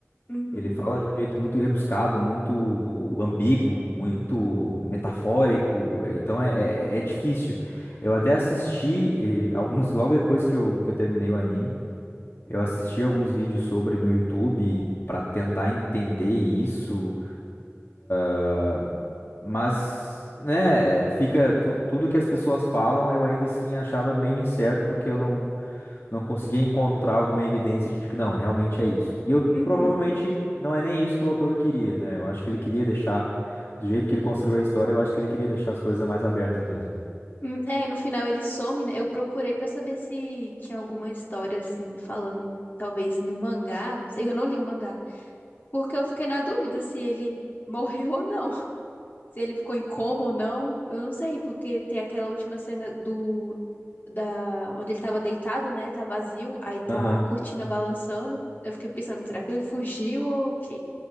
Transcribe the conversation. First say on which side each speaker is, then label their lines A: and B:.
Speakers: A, on the left (about 45°); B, on the left (about 60°).
A: uhum,
B: Ele fala de um jeito muito rebuscado, muito ambíguo, muito metafórico, eh, então é, é- é é difícil. Eu até assisti eh, alguns, logo depois que eu, que eu terminei o anime, eu assisti alguns vídeos sobre no YouTube para tentar entender isso, ah, mas, né, eh, fica tu- tudo que as pessoas falam, eu ainda assim achava meio incerto porque eu não não conseguia encontrar alguma evidência de que não, realmente é isso. E eu provavelmente
A: uhum.
B: não é nem isso que o autor queria, né? Eu acho que ele queria deixar, do jeito que ele construiu a história, eu acho que ele queria deixar as coisas mais abertas mesmo.
A: Hum, É, e no final ele some, né? Eu procurei pra saber se tinha alguma história assim, falando talvez no mangá, não sei, eu não li o mangá, porque eu fiquei na dúvida se ele morreu ou não, <laughs> se ele ficou em coma ou não, eu não sei, porque tem aquela última cena do da onde ele tava deitado, né? Tá vazio, aí tá
B: Aham.
A: a cortina balançando. Eu fiquei pensando, será que ele fugiu ou o quê?